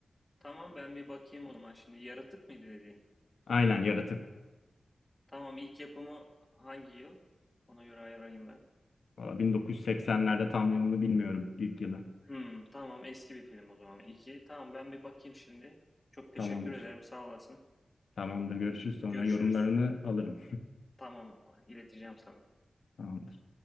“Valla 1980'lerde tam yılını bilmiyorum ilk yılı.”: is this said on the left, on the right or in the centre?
Left